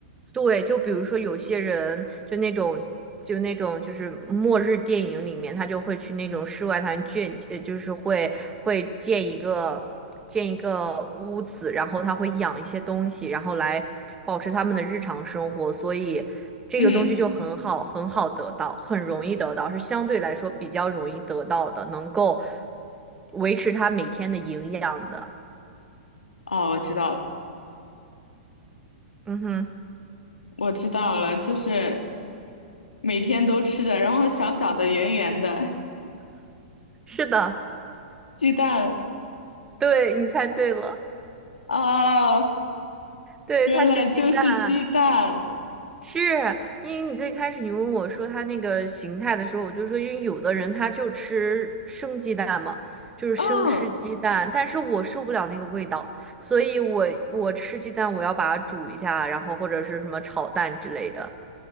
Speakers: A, on the right; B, on the left.
A: 对，就比如说有些人就那种，就那种，就是末日电影里面，他就会去那种世外桃源建，呃，就是会会建一个建一个屋子，然后他会养一些东西，然后来保持他们的日常生活，所以这个东西就很好，
B: 嗯，
A: 很好得到，很容易得到，是相对来说比较容易得到的，能够维持他每天的营养的。
B: 哦，我知道了，
A: 嗯哼，
B: 我知道了，就是每天都吃的，然后小小的、圆圆的
A: 是的。
B: 鸡蛋。
A: 对，你猜对了，
B: 哦，
A: 对，
B: 原来就是鸡蛋。
A: 它是鸡蛋。是，因为你最开始你问我说它那个形态的时候，我就说，因为有的人他就吃生鸡蛋嘛，就是生吃鸡蛋，
B: 嗯，
A: 但是我受不了那个味道，所以我我吃鸡蛋我要把它煮一下，然后或者是什么炒蛋之类的。